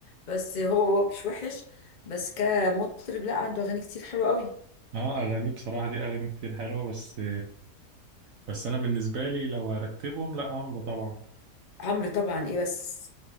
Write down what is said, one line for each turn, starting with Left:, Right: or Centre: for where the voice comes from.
Left: بس هو مش وحش بس كمطرب لا عنده أغاني كتير حلوة قوي
Right: اه اغاني بصراحه دي اغاني كتير حلوه بس بس انا بالنسبه لي لو ارتبهم لا عمرو طبعا
Left: عمرو طبعا إيه بس